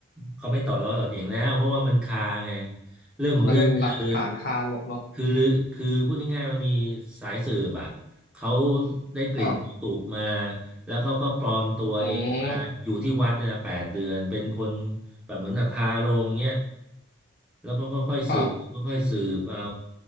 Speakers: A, in the centre; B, on the left (about 45°).
A: เขาไม่ต่อล้อต่อเถียงแล้วเพราะว่ามันคาไงเรื่องของเรื่องคือ
B: มันหลักฐานคานหมดเนาะ
A: คือลือคือพูดง่ายๆมันมีสายสืบอ่ะเขาได้กลิ่นตุมา
B: ครับ
A: แล้วเขาก็ปลอมตัวเองมาอยู่ที่วัดเนี่ยนะแปดเดือนเป็นคน
B: อืม
A: แบบเหมือนกับพาโรงเนี่ยแล้วก็ค่อยๆสืบค่อยๆสืบเอา
B: ครับ